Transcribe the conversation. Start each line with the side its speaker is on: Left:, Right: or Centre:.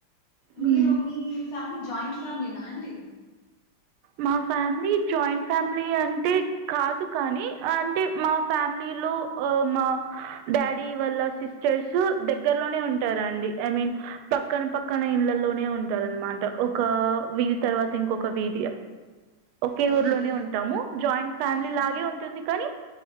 Right: హ్మ్.
Left: మీరు మీ. ఫ్యామిలీ జాయింట్ ఫ్యామిలీనా అండి
Right: మా ఫ్యామిలీ జాయింట్ ఫ్యామిలీ అంటే కాదు కానీ అంటే మా ఫ్యామిలీలో ఆ మా డాడీ వాళ్ళ సిస్టర్స్ దగ్గరలోనే ఉంటారంండి ఐ మీన్ పక్కన పక్కన ఇళ్లలోనే ఉంటారు అనమాట ఒక వీధి తర్వాత ఇంకొక వీధి ఒకే
Left: ఓకే
Right: ఊర్లోనే ఉంటాము జాయింట్ ఫ్యామిలీ
Left: మ్మ్
Right: లాగే ఉంటుంది కానీ